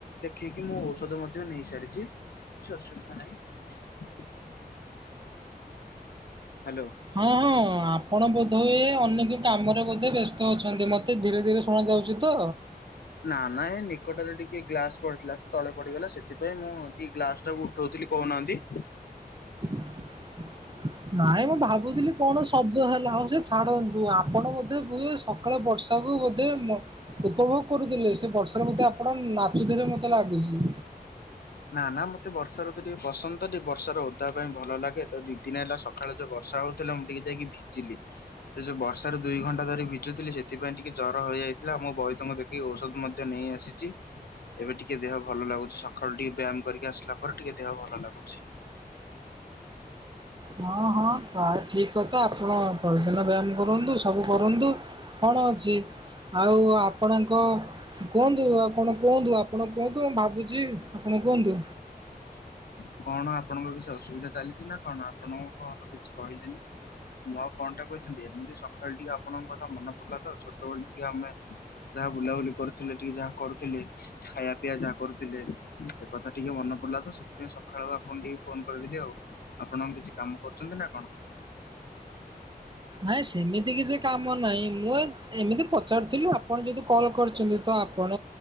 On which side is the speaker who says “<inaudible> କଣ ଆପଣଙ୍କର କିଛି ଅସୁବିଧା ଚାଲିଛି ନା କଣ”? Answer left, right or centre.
Left